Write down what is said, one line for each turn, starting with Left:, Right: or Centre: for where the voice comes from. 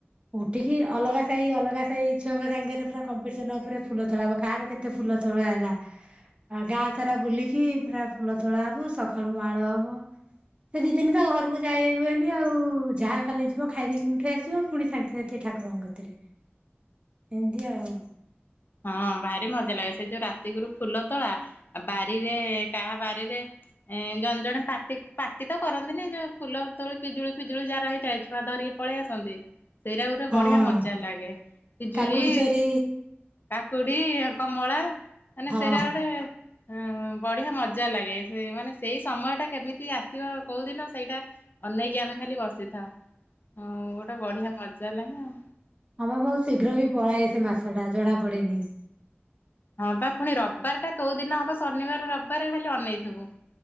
Right: ଉଠିକି ଅଲଗା ସାହି ଅଲଗା ସାହି ଛୁଆଙ୍କ ସାଙ୍ଗରେ ପୁରା କମ୍ପିଟିସନ ଉପରେ ଫୁଲ ତୋଳା କାହାର କେତେ ଫୁଲ ତୋଳା ହେଲା। ଆଉ ଗାଁ ସାରା ବୁଲିକି ପୁରା ଫୁଲ ତୋଳା ହବ ସକାଳୁ ମାଳ ହବ। ସେ ଦି ଦିନ ତ ଘରକୁ ଯାଇହୁଏନି ଆଉ ଯାହା ଖାଲି ଯିବ ଖାଇଦେଇକି ମୁଠେଇ ଆସିବ ପୁଣି ସାଙ୍ଗ ସେତି ଠାକୁରଙ୍କ କତିରେ ଏମତି ଆଉ।
Left: ହଁ ଭାରି ମଜା ଲାଗେ ସେ ଯୋଉ ରାତିକିରୁ ଫୁଲ ତୋଳା ବାରିରେ କାହା ବାରିରେ ଏଁ ଜଣେ ଜଣେ ପାଟି ପାଟି ତ କରନ୍ତିନି ଯୋଉ ଫୁଲ ତୋଳି ପିଜୁଳି ଫିଜୁଳି ଯାହାର ହେଇଥାଏ ଛୁଆ ଧରିକି ପଳେଇ ଆସନ୍ତି ସେଇଟା ଗୋରେ
Right: ହଁ
Left: ବଢିଆ ମଜା ଲାଗେ ପିଜୁଳି
Right: କାକୁଡି ଚୋରି
Left: କାକୁଡି କମଳା ମାନେ
Right: ହଁ
Left: ସେଇରା ଗୋଟେ ହ ବଢିଆ ମଜା ଲାଗେ ସେ ମାନେ ସେଇ ସମୟ ଟା କେମିତି ଆସିବ କୋଉଦିନ ସେଇଟା ଅନେଇକି ଆମେ ଖାଲି ବସିଥାଉ ହ ଗୋଟେ ବଢିଆ ମଜା ଲାଗେ ଆଉ।
Right: ହମ ବହୁତ ଶୀଘ୍ର ବି ପଳାଏ ସେ ମାସ ଟା ଜଣା ବି ପଡେନି।
Left: ହଁ ବା ପୁଣି ରବିବାର ଟା କୋଉ ଦିନ ହବ ଶନିବାର ରବିବାର ଖାଲି ଅନେଇଥିବୁ।